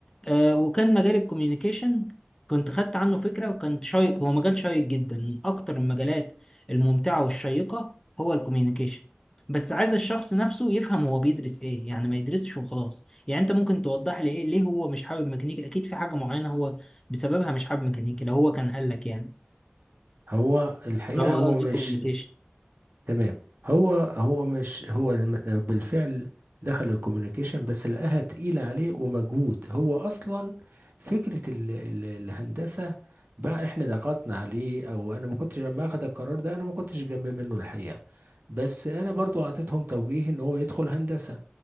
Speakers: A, on the left; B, on the right.
A: آه وكان مجال الكوميونيكيشن كنت خدت عنه فكره وكان شيق هو مجال شيق جدا من اكتر المجالات الممتعه والشيقه هو الكوميونيكيشن بس عايز الشخص نفسه يفهم هو بيدرس ايه يعني ما يدرسش وخلاص يعني انت ممكن توضح لي ايه ليه هو مش حابب ميكانيكا اكيد في حاجه معينه هو بسببها مش حابب ميكانيكا لو هو كان قال لك يعني
B: هو الحقيقه
A: لو هو
B: هو
A: قصدي
B: مش
A: كوميونيكيشن
B: تمام هو هو مش هو الم- بالفعل دخل الكوميونيكيشن بس لقاها تقيلة عليه ومجهود هو أصلا فكرة ال ال الهندسة بقى احنا ضغطنا عليه او انا ما كنتش لما اخد القرار ده انا ما كنتش جنب منه الحقيقة بس انا برضو اعطيتهم توجيه ان هو يدخل هندسة